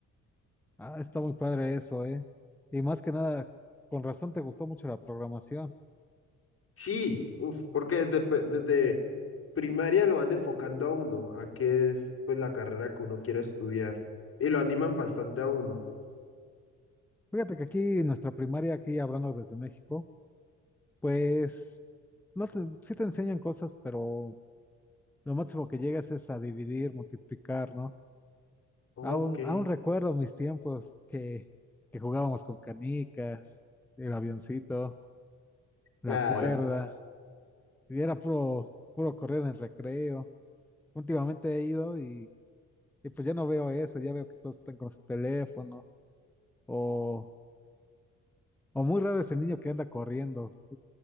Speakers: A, in the centre; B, on the left (about 45°).
A: Ah, está muy padre eso, ¿eh? Y más que nada, con razón te gustó mucho la programación.
B: Sí, uf, porque desde, pe- desde primaria lo van enfocando a uno, a qué es pues la carrera que uno quiere estudiar, y lo animan bastante a uno.
A: Fíjate que aquí en nuestra primaria, aquí hablando desde México, pues no te, sí te enseñan cosas, pero lo máximo que llegas es a dividir, multiplicar, ¿no?
B: Ok.
A: Aún, aún recuerdo mis tiempos que, que jugábamos con canicas, el avioncito, la
B: Claro.
A: cuerda. Y era puro, puro correr en el recreo. Últimamente he ido y, y pues ya no veo eso, ya veo que todos están con su teléfono. O, o muy raro es el niño que anda corriendo.